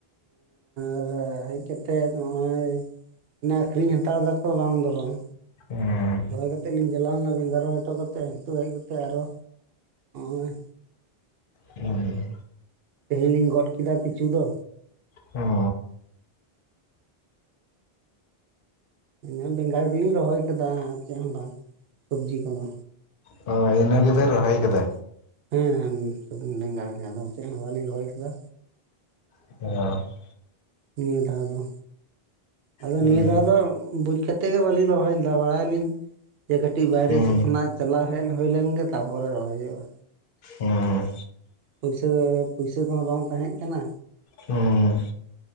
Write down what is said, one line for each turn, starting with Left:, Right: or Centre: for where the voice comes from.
Right: ᱟᱨ ᱦᱮᱡ ᱠᱟᱛᱮᱫ ᱱᱚᱜᱼᱚᱭ ᱚᱱᱟ ᱟᱹᱠᱷᱨᱤᱧ ᱦᱟᱛᱟᱣ ᱫᱟᱠᱚ ᱵᱟᱝ ᱫᱚ ᱵᱟᱝ᱾
Left: ᱦᱩᱸ
Right: ᱨᱚᱦᱚᱭ ᱠᱟᱛᱮᱫ ᱞᱤᱧ ᱪᱟᱞᱟᱣ ᱞᱮᱱᱟ ᱵᱮᱸᱜᱟᱲ ᱨᱚᱦᱚᱭ ᱦᱚᱴᱚ ᱠᱟ ᱛᱚ ᱱᱤᱛᱳᱜ ᱦᱮᱡ ᱠᱟᱛᱮ ᱟᱨᱚ ᱚᱸᱭ
Left: ᱩᱸ᱾
Right: ᱛᱮᱦᱮᱧ ᱞᱤᱧ ᱜᱚᱫ ᱠᱮᱫᱟ ᱠᱤᱪᱷᱩ ᱫᱚ᱾
Left: ᱦᱩᱸ
Right: ᱱᱚ ᱵᱮᱸᱜᱟᱲ ᱜᱮᱞᱤᱧ ᱨᱚᱦᱚᱭ ᱠᱟᱫᱟ ᱟᱨ ᱪᱮᱫ ᱦᱚᱸ ᱵᱟᱝ ᱥᱚᱵᱡᱤ ᱠᱚᱫᱚ᱾
Left: ᱦᱳᱭ, ᱤᱱᱟᱹ ᱜᱮᱵᱮᱱ ᱨᱚᱦᱚᱭ ᱠᱟᱫᱟ᱾
Right: ᱦᱮᱸᱱ ᱥᱩᱫᱩ ᱵᱮᱸᱜᱟᱲ ᱜᱮ ᱟᱫᱚ ᱪᱮᱫ ᱦᱚᱸ ᱵᱟᱹᱞᱤᱧ ᱨᱚᱦᱚᱭ ᱠᱟᱫᱟ᱾
Left: ᱚ᱾
Right: ᱱᱤᱭᱟᱹ ᱫᱷᱟᱣ ᱫᱚ ᱟᱫᱚ
Left: ᱦᱩᱸ
Right: ᱱᱤᱭᱟᱹ ᱫᱷᱟᱣ ᱫᱚ ᱵᱩᱡ ᱠᱟᱛᱮᱫ ᱜᱮ ᱵᱟᱹᱞᱤᱧ ᱨᱚᱦᱚᱭ ᱞᱮᱫᱟ ᱵᱟᱲᱟᱭᱟᱞᱤᱧ ᱡᱮ ᱠᱟᱹᱴᱤᱡ ᱵᱟᱭᱨᱮ
Left: ᱦᱩᱸ
Right: ᱥᱮᱫ ᱠᱷᱚᱱᱟᱜ ᱪᱟᱞᱟᱣ ᱦᱮᱡ ᱦᱩᱭ ᱞᱮᱱ ᱜᱮ ᱛᱟᱯᱚᱨᱮ ᱨᱚᱦᱚᱭ ᱦᱩᱭᱩᱜᱼᱟ
Left: ᱦᱩᱸ
Right: ᱯᱩᱭᱥᱟᱹ ᱯᱩᱭᱥᱟᱹ ᱠᱚ ᱦᱚᱸ ᱵᱟᱝ ᱛᱟᱦᱮᱸ ᱠᱟᱱᱟ
Left: ᱦᱩᱸ